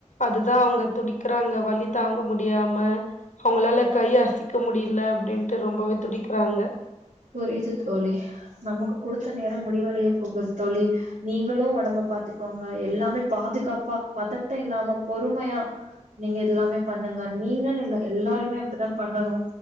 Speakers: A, on the left; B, on the right.
A: அதுதா அவுங்க துடிக்கிறாங்க வலி தாங்க முடியாம அவுங்களால கை அசக்க முடியல அப்படின்ட்டு ரொம்பவே துடிக்கிறாங்க
B: புரியுது தோழி நமக்கு குடுத்த நேரோ முடிவடைய போது தோழி நீங்களு உடம்ப பாத்துக்கோங்க எல்லாமே பாதுகாப்பா பதட்டோ இல்லாம பொறுமையா நீங்க எல்லாமே பண்ணுங்க நீங்கனுல்ல எல்லாருமே அப்படித்தா பண்ணனு